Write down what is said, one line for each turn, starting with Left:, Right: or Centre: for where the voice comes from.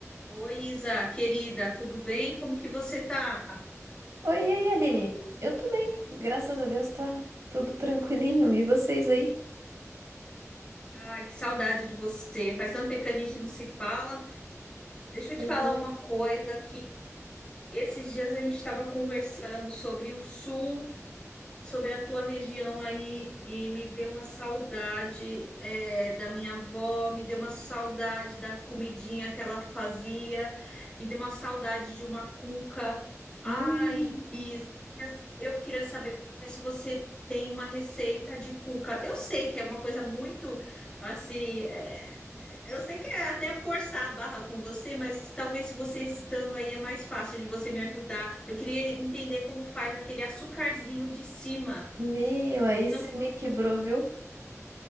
Left: Oi, Isa, querida, tudo bem? Como que você tá?
Right: Oi, e aí, Aline? Eu tô bem, graças a Deus tá tudo tranquilinho. E vocês aí?
Left: Ai, que saudade de você. Faz tanto tempo que a gente não se fala. Deixa eu
Right: Pois
Left: te falar
Right: é.
Left: uma coisa que esses dias a gente estava conversando sobre o sul. sobre a tua região aí e me deu uma saudade eh, da minha avó, me deu uma saudade da comidinha que ela fazia, me deu uma saudade de uma cuca. Ai,
Right: Hum,
Left: Isa, eu queria saber se você tem uma receita de cuca. Eu sei que é uma coisa muito assim, é, eu sei que é até forçar a barra com você, mas talvez você estando aí é mais fácil de você me ajudar. Eu queria entender como faz aquele açucarzinho de cima.
Right: meu, aí
Left: Não
Right: você
Left: com...
Right: me quebrou, viu?